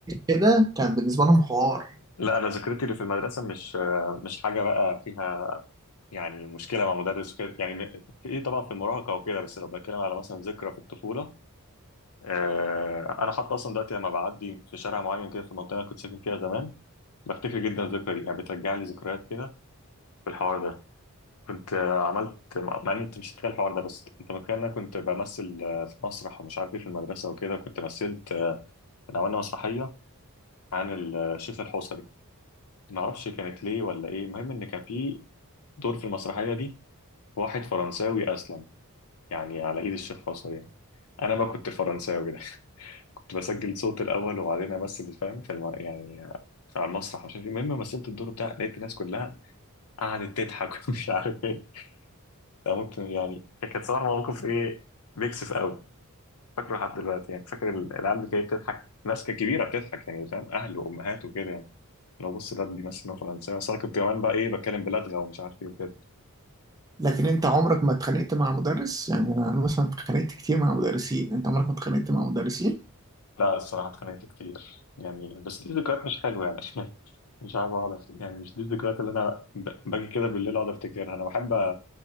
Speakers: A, on the right; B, on the left.
A: كده كان بالنسبه لهم حوار
B: لا انا ذكرتي اللي في المدرسه مش آه، مش حاجه بقى فيها يعني مشكله مع مدرس وكده يعني في ايه طبعا في المراهقه وكده بس لو بتكلم على مثلا ذكرى في الطفوله آه، انا حتى اصلا دلوقتي لما بعدي في شارع معين كده في المنطقه اللي أنا كنت ساكن فيها زمان بفتكر جدا الذكرى دي يعني بترجع لي ذكريات كده في الحوار ده كنت آه، عملت مع مع ان انت مش هتخيل الحوار ده بس انت متخيل ان انا كنت بمثل آه، في مسرح ومش عارف ايه في المدرسه وكده كنت مثلت آه، كنا عملنا مسرحيه عن الشيخ الحوصري ما اعرفش كانت ليه ولا ايه المهم ان كان في دور في المسرحيه دي واحد فرنساوي اسلم يعني على ايد الشيخ الحوصري يعني انا بقى كنت الفرنساوي ده <laughs> كنت بسجل صوت الاول وبعدين امثل فاهم في الم... يعني على المسرح مش عارف ايه المهم مثلت الدور بتاع لقيت الناس كلها قعدت تضحك <laughs> ومش عارف ايه ده ممكن يعني كانت صراحة موقف ايه بيكسف قوي فاكره لحد دلوقتي يعني فاكر ال- العيال اللي كانت بتضحك ناس كانت كبيرة بتضحك يعني فاهم أهل وأمهات وكده يعني لو بص ده بيمثل إن هو فرنساوي أصل أنا كنت كمان بقى إيه بتكلم بلدغة ومش عارف إيه وكده
A: لكن انت عمرك ما اتخانقت مع مدرس يعني انا مثلا اتخانقت كتير مع مدرسين انت عمرك ما اتخانقت مع مدرسين
B: لا الصراحة اتخانقت كتير يعني بس دي ذكريات مش حلوة يعني <laughs> مش عارف أقعد أفت- يعني مش دي الذكريات اللي أنا ب- باجي كده بالليل أقعد أفتكرها أنا بحب